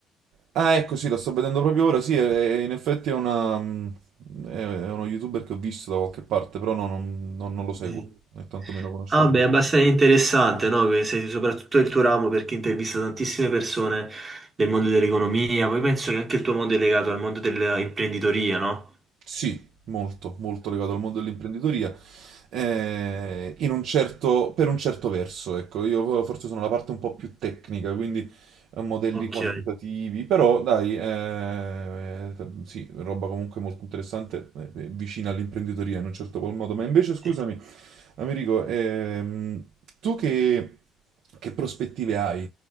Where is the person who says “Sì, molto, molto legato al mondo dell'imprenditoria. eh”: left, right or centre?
Right